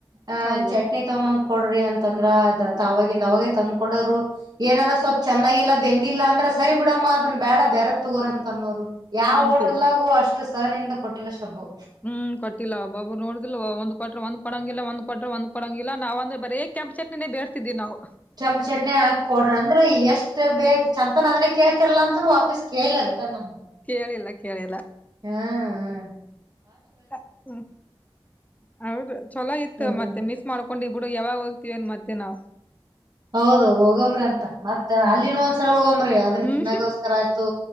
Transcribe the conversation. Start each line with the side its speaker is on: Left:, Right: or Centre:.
Right: ಅ
Left: ಹೌದು
Right: ಚಟ್ನಿ ತಂಬಂದ ಕೊಡ್ರಿ ಅಂತಂದ್ರ ತಾವಗೆ ಅವಾಗಿಂದ ಅವಾಗೇ ತಂದ್ಕ ಕೊಡೋರು. ಏನರ ಸ್ವಲ್ಪ ಚಂದಾಗಿಲ್ಲ ಬೆಂದಿಲ್ಲ ಅಂದ್ರ ಸರಿ ಬಿಡಮ್ಮ ಅದನ್ನ ಬೇಡ ಬೆರ ತಗೋರ್ ಅಂತ ಅನ್ನೋರು ಯಾವ
Left: ಅಂತಿದ್ರು
Right: ಹೋಟೆಲಾಗು ಅಷ್ಟ ಸಹನಿಂದ ಕೊಟ್ಟಿಲ್ಲ ಶಬ್ಬು
Left: ಹ್ಮ್ ಕೊಟ್ಟಿಲ್ಲ ಒಬ್ಬಬ್ಬಾರ್ ನೋಡಿದಿಲ್ಲ ಒಂದ ಕೊಟ್ಟರ್ ಒಂದ್ ಕೊಡಂಗಿಲ್ಲ ಒಂದ ಕೊಟ್ಟರ ಒಂದ್ ಕೊಡಂಗಿಲ್ಲ ನಾವ್ದ್ರ ಬರೇ ಕೆಂಪ ಚಟ್ನಿನೇ ಬೇರ್ತಿದ್ದವಿ ನಾವು
Right: ಕೆಂಪು ಚಟ್ನಿ ಹಾಕ್ ಕೊಡ್ರಿ ಅಂದ್ರೆ ಎಷ್ಟು ಬೇಕ್ ಚಂತನ್ ಅದನ್ನೇ ಕೇಳ್ತಿರ್ಲ್ಲ ಅಂತೂ ವಾಪೀಸ್ ಕೇಳಿ ರಿಟರ್ನ್ ಹೌದಾ
Left: ಕೇಳಿಲ್ಲ ಕೇಳಿಲ್ಲ
Right: ಹಾ ಹ
Left: ಅದಕ್ಕ್ ಹ್ಮ್ <inaudible> ಹೌದು ಚಲೋ ಇತ್ತು
Right: ಹ್ಮ್
Left: ಮತ್ತ ಮಿ ಮಾಡ್ಕೊಂಡಿ ಬಿಡು ಯಾವಾಗ ಹೋಗತೀವಿ ಅನ್ ಮತ್ತೆ ನಾವು
Right: ಹೌದು ಹೋಗಂಬ್ರಿ ಅಂತ ಮತ್ತೆ
Left: ಹ್ಮ್
Right: ಅಲ್ಲಿನ್ ಒಂದ್ಸಲ ಹೋಗಂಬ್ರಿ ಅದನ್
Left: ಹ್ಮ್
Right: ತಿನ್ನಾಗೋಸ್ಕರ ಆಯ್ತು